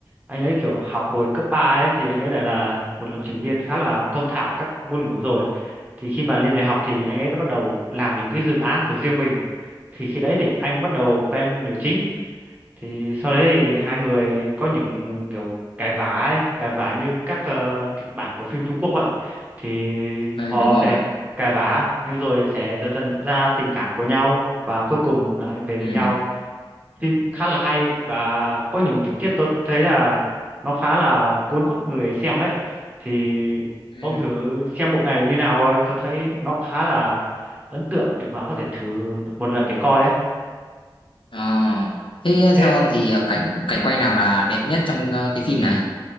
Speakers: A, on the right; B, on the left.
A: anh ấy kiểu học hồi cấp 3 ấy thì anh ấy đã là một lập trình viên khá là thông thạo các ngôn ngữ rồi thì khi mà lên đại học thì anh ấy đã bắt đầu làm những cái dự án của riêng mình thì khi đấy thì anh bắt đầu quen nữ chính thì sau đấy thì hai người có những kiểu cãi vã ấy, cãi vã như các ờ, kịch bản của phim Trung Quốc vậy thì
B: à,
A: họ
B: đúng rồi.
A: sẽ cãi vã nhưng rồi sẽ dần dần nhận ra tình cảm của nhau và cuối cùng lại về bên
B: Ừ.
A: nhau phim khá là hay và có những tình tiết tôi thấy là nó khá là cuốn hút người xem ấy thì
B: Ừ.
A: ông thử xem bộ này như nào coi tôi thấy nó khá là ấn tượng để mà có thể thử một lần để coi ấy
B: À, thế
A: thế
B: theo ông thì ờ, cảnh cảnh quay nào là đẹp nhất trong ờ, cái phim này?